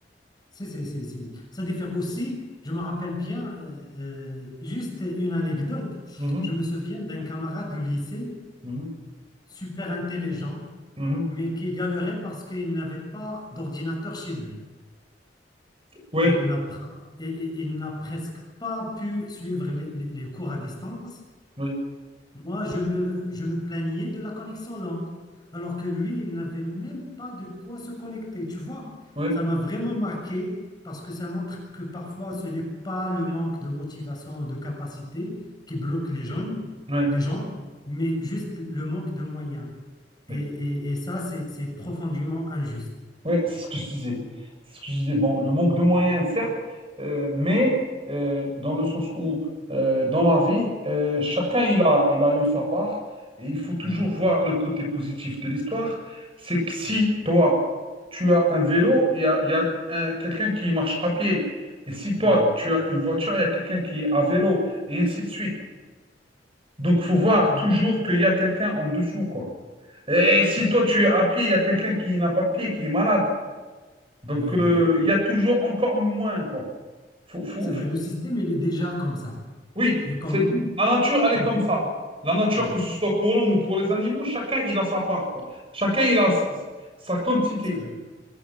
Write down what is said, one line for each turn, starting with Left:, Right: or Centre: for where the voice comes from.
Left: C'est, c'est, c'est, c'est- Ça diffère aussi, je me rappelle bien, euh, euh, juste une anecdote.
Right: Mhm,
Left: Je me souviens d'un camarade de lycée,
Right: mhm,
Left: super intelligent,
Right: mhm.
Left: mais qui galérait parce qu'il n'avait pas d'ordinateur chez lui.
Right: Ouais,
Left: Il n'a, pr- et- et- il n'a presque pas pu suivre les les- les cours à distance.
Right: oui,
Left: Moi, je me, je me plaignais de la connexion lente, alors que lui, il n'avait même pas de quoi se connecter. Tu vois,
Right: oui,
Left: ça m'a vraiment marqué parce que ça montre que parfois, ce n'est pas le manque de motivation ou de capacité qui bloque les jeunes,
Right: oui,
Left: les gens, mais juste le manque de moyens.
Right: oui.
Left: Et, et- et ça, c'est, c'est profondément injuste.
Right: Oui, c'est ce que je disais. C'est ce que je disais. Bon, le manque de moyens, certes, euh, mais euh, dans le sens où, euh, dans la vie, euh, chacun il a, il a eu sa part. Et il faut toujours
Left: Ouais,
Right: voir le côté positif de l'histoire. C'est que si
Left: c'est vrai.
Right: toi, tu as un vélo, il y a, il y a un- quelqu'un qui marche à pied. Et si toi,
Left: Ouais.
Right: tu as une voiture, il y a quelqu'un qui est à vélo, et ainsi de suite. Donc, faut voir
Left: Ah oui,
Right: toujours qu'il y a quelqu'un en dessous, quoi. Et si
Left: c'est-
Right: toi, tu es à pied, il y a quelqu'un qui n'a pas de pied, qui est malade. Donc,
Left: oui.
Right: euh,
Left: oui.
Right: il y a toujours encore moins, quoi. Faut, faut,
Left: C'est vrai,
Right: faut-
Left: le système, il est déjà comme ça.
Right: Oui,
Left: Mais quand
Right: c'est
Left: même,
Right: la nature, elle est
Left: on...
Right: comme ça. La nature,
Left: ouais,
Right: que ce soit pour l'homme ou pour les animaux, chacun il a sa part, quoi. Chacun il a s- sa quantité.
Left: c'est vrai.